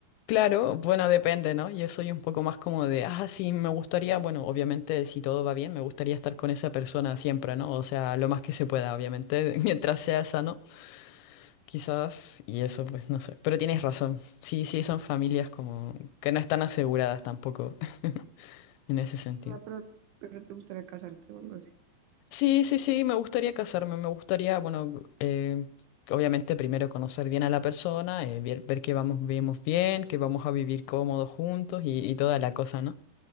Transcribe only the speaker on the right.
O sea, pero, pero te gustaría casarte o algo así.